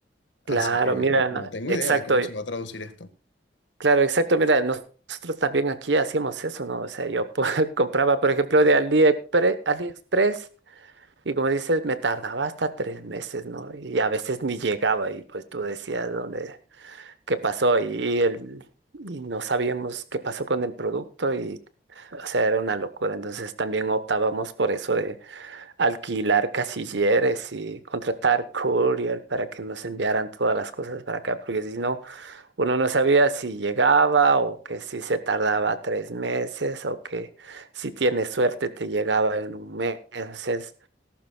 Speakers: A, on the left (about 85°); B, on the right (about 75°).
A: Así
B: Claro,
A: que
B: mira,
A: no, no tengo
B: exacto.
A: idea de cómo se va a traducir esto.
B: Claro, exacto. Mira, nos- nosotros también aquí hacíamos eso, ¿no? O sea, yo po- <laughs> compraba, por ejemplo, de AliExpre- AliExpress, y como dices, me tardaba hasta tres meses, ¿no? Y a veces ni llegaba y pues tú decías dónde, qué pasó y, y el, y no sabíamos qué pasó con el producto y, o sea, era una locura. Entonces también optábamos por eso de alquilar casilleres y contratar courier para que nos enviaran todas las cosas para acá, porque si no... Uno no sabía si llegaba o que si se tardaba tres meses o que si tienes suerte te llegaba en un mes. Es-